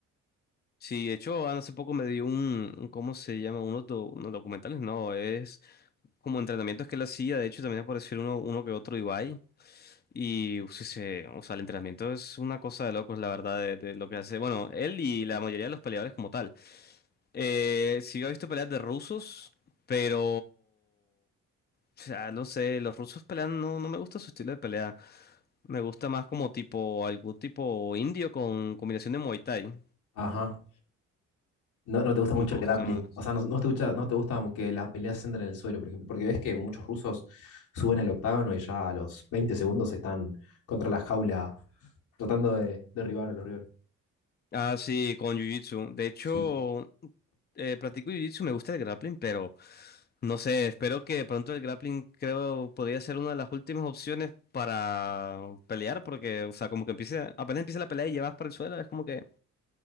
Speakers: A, on the left (about 35°); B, on the left (about 85°).
A: Sí, de hecho, hace poco me dio un, un- ¿cómo se llama? Unos, do- unos documentales, no, es como entrenamientos que él hacía. De hecho, también apareció uno, uno que otro Ibai. Y, uf, sí, se- o sea, el entrenamiento es una cosa de locos, la verdad, de, de lo que hace. Bueno, él y la mayoría de los peleadores como tal. Eh, sí, yo he visto peleas de rusos, pero... O sea, no sé, los rusos pelean, no, no me gusta su estilo de pelea. Me gusta más como tipo, algún tipo indio con combinación de Muay Thai.
B: Ajá. No, no te gusta
A: Me
B: mucho el
A: gusta
B: grappling.
A: más.
B: O sea, no, no te gusta, no te gusta que las peleas se entren en el suelo, por ejemplo, porque ves que muchos rusos suben al octágono y ya a los 20 segundos están contra la jaula tratando de derribar a los rivales.
A: Ah, sí, con Jiu-Jitsu. De hecho,
B: Sí.
A: eh, practico Jiu-Jitsu, me gusta el grappling, pero no sé, espero que pronto el grappling creo podría ser una de las últimas opciones para pelear, porque, o sea, como que empiece, apenas empieza la pelea y llevas para el suelo, es como que